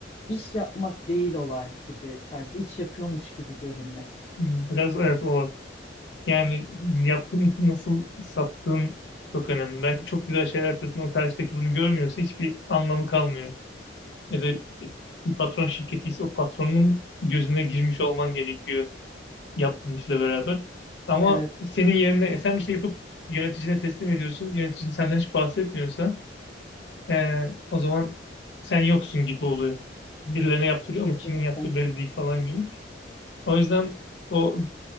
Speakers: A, on the left; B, on the left.
A: İş yapmak değil olay gibi sanki iş yapıyormuş gibi görünmek.
B: Biraz evet o var. Yani yaptığın işi nasıl sattığın çok önemli. Belki çok güzel şeyler yapıyorsun, o karşıdaki bunu görmüyorsa hiçbir anlamı kalmıyor. ya da bir patron şirketi ise o patronun gözüne girmiş olman gerekiyor yaptığın işle beraber. Ama
A: Evet,
B: senin yerine e, sen bir şey yapıp yöneticine teslim ediyorsun. Yöneticin senden hiç bahsetmiyorsa eee, o zaman sen yoksun gibi oluyor. Birilerine yaptırıyor ama
A: kesinlikle.
B: kimin yaptığı belli değil falan gibi. O yüzden o